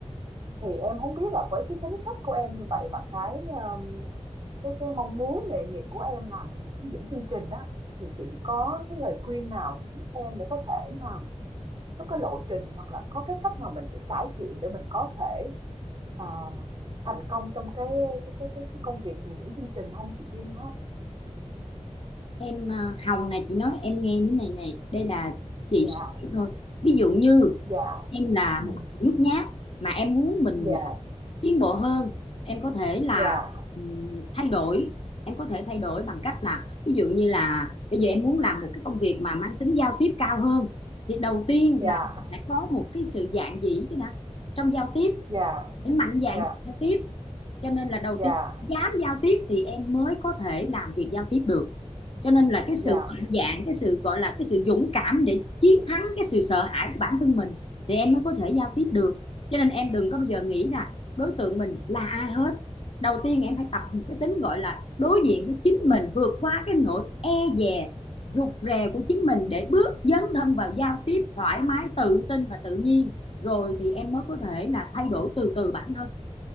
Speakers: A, on the right (about 45°); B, on the left (about 50°).
A: thì em không biết là với cái tính cách của em như vậy và cái, ờm, cái cái mong muốn nghề nghiệp của em làm một người hướng dẫn chương trình đó thì chị có cái lời khuyên nào giúp em để có thể mà có cái lộ trình hoặc là có cái cách nào mình để cải thiện để mình có thể, ờ, thành công trong cái cái cái cái cái công việc hướng dẫn chương trình không chị Duyên ha?
B: em à, Hồng này chị nói em nghe như này này đây là chị
A: Dạ,
B: suy nghĩ thôi ví dụ như
A: dạ,
B: em là
A: ừm,
B: một người nhút nhát mà em muốn mình
A: dạ,
B: tiến bộ hơn em có thể là
A: dạ,
B: ừm, thay đổi em có thể thay đổi bằng cách là ví dụ như là bây giờ em muốn làm một cái công việc mà mang tính giao tiếp cao hơn thì đầu tiên
A: dạ,
B: là phải có một cái sự dạn dĩ cái nè trong giao tiếp
A: dạ,
B: để mạnh dạn
A: dạ,
B: giao tiếp cho nên là đầu
A: dạ,
B: tiên dám giao tiếp thì em mới có thể làm việc giao tiếp được cho nên là cái sự
A: dạ,
B: mạnh dạn cái sự gọi là cái sự dũng cảm để chiến thắng cái sự sợ hãi của bản thân mình thì em mới có thể giao tiếp được cho nên em đừng có bao giờ nghĩ là đối tượng mình là ai hết đầu tiên em phải tập một cái tính gọi là đối diện với chính mình vượt qua cái nỗi e dè rụt rè của chính mình để bước dấn thân vào giao tiếp thoải mái tự tin và tự nhiên rồi thì em mới có thể là thay đổi từ từ bản thân